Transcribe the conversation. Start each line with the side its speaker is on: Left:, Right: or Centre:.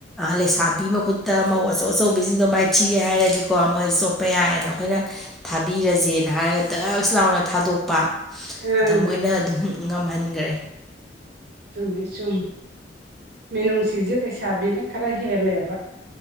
Centre: ꯂꯩꯁꯥꯕꯤ ꯃꯈꯨꯠꯇ ꯃꯧ ꯑꯆꯧ ꯑꯆꯧꯕꯤꯁꯤꯡꯗꯣ ꯃꯥꯏ ꯃꯥꯏꯊꯤꯔꯦ ꯍꯥꯏꯔꯗꯤꯀꯣ ꯃꯣꯏ ꯆꯣꯠꯄ ꯌꯥꯏꯑꯅ ꯑꯩꯈꯣꯏꯅ ꯊꯥꯕꯤꯔꯁꯦꯅ ꯍꯥꯏꯔꯒ ꯗ꯭ꯔꯛꯁ ꯂꯥꯎꯅ ꯊ ꯊꯥꯗꯣꯛꯄ
Right: ꯑꯪ
Centre: ꯑꯗ ꯃꯣꯏꯅ ꯑꯗꯨꯝ ꯉꯝꯍꯟꯈ꯭ꯔꯦ
Right: ꯆꯨꯝꯃꯤ ꯆꯨꯝꯃꯤ ꯃꯤꯅꯨꯡꯁꯤꯖꯤ ꯂꯩꯁꯥꯕꯤꯅ ꯈꯔ ꯍꯦꯜꯂꯦꯕ